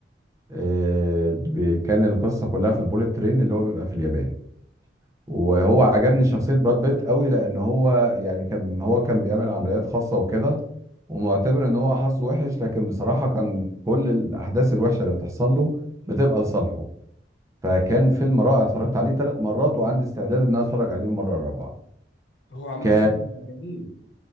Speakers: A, on the right; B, on the left.
A: آه، ب- كان القصه كلها في البوليت ترين اللي هو بيبقى في اليابان وهو عجبني شخصية براد بيت قوي لأن هو يعني كان هو كان بيعمل عمليات خاصة وكده ومعتبر إن هو حظه وحش لكن بصراحة كان كل الأحداث الوحشة اللي بتحصل له بتبقى لصالحه فكان فيلم رائع اتفرجت عليه ثلاث مرات وعندي استعداد إن أنا أتفرج عليه المرة الرابعة
B: هو عامه
A: ك
B: جميل